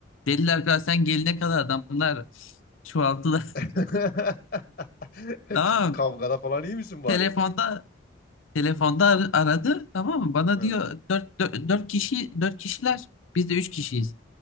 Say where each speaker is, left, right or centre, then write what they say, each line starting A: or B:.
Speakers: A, on the left (about 80°); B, on the left (about 50°).
A: Dediler ki sen gelene kadar adamlar çoğaldılar.
B: <laughs>
A: <laughs> Tamam
B: Kavgada
A: mı?
B: falan iyi misin bari?
A: Telefonda telefonda ar- aradı. Tamam mı? Bana
B: Hı,
A: diyor dört dört dört kişi 4 kişiler. Biz de 3 kişiyiz.